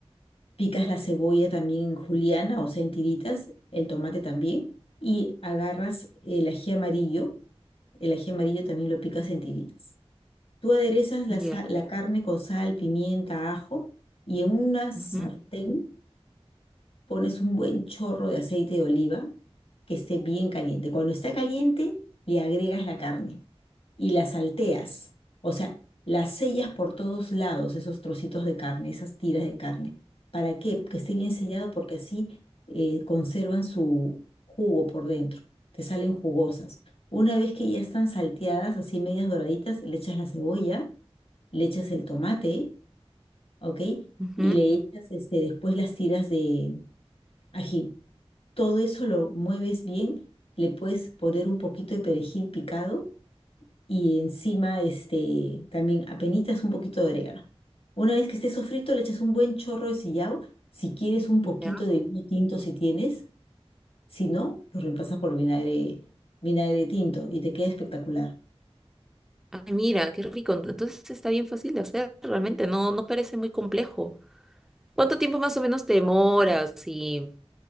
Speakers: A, on the left; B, in the centre.
A: picas la cebolla también en juliana, o sea, en tiritas, el tomate también, y agarras el ají amarillo, el ají amarillo también lo picas en tiritas. Tú aderezas la,
B: Ya.
A: sa- la carne con sal, pimienta, ajo, y en una sartén
B: Ujú,
A: pones un buen chorro de aceite de oliva que esté bien caliente. Cuando está caliente, le agregas la carne y las salteas, o sea, las sellas por todos lados, esos trocitos de carne, esas tiras de carne. ¿Para qué? Que esté bien sellado porque así eh, conservan su jugo por dentro, te salen jugosas. Una vez que ya están salteadas, así medias doraditas, le echas la cebolla, le echas el tomate, ¿ok?
B: ujú,
A: Y le echas este, después las tiras de ají. Todo eso lo mueves bien, le puedes poner un poquito de perejil picado y encima este, también apenitas un poquito de orégano. Una vez que esté sofrito, le echas un buen chorro de sillao. Si quieres un poquito
B: Ya.
A: de vino tinto, si tienes, si no, lo reemplazas por vinagre, vinagre tinto y te queda espectacular.
B: Ay, mira, qué rico. Entonces está bien fácil de hacer, realmente. No, no parece muy complejo. ¿Cuánto tiempo más o menos te demoras? Y,